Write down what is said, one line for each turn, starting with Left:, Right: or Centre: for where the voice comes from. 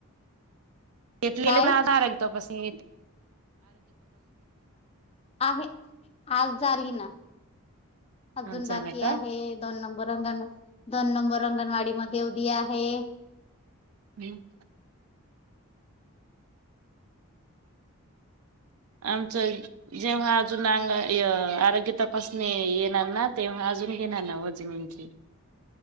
Right: घेतलेले
Left: काय?
Right: पण आधार आहे. तपसीन
Left: आहे, आज झाली ना. अजून
Right: झालं
Left: बाकी
Right: का
Left: आहे. दोन नंबर अंगण दोन नंबर अंगणवाडी मध्ये उदिया हे.
Right: नियुक्त. आमचं जेव्हा अजून अंग आरोग्य तपासणी येणार ना तेव्हा अजून घेणार ना वजन उंची?